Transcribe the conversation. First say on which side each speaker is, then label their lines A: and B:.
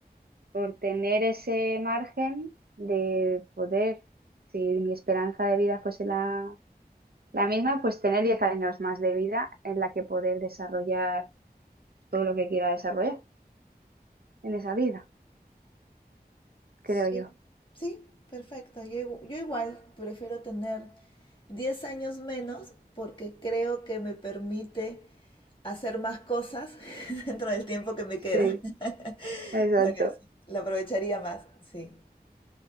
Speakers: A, on the right; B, on the left.
A: por tener ese margen de poder, si mi esperanza de vida fuese la, la misma, pues tener 10 años más de vida en la que poder desarrollar todo lo que quiera desarrollar en esa vida, creo
B: Sí,
A: yo.
B: sí, perfecto. Yo, igu- yo igual prefiero tener 10 años menos porque creo que me permite hacer más cosas <laughs> dentro del tiempo que me queda.
A: Sí,
B: <laughs>
A: exacto.
B: Por eso, lo aprovecharía más, sí.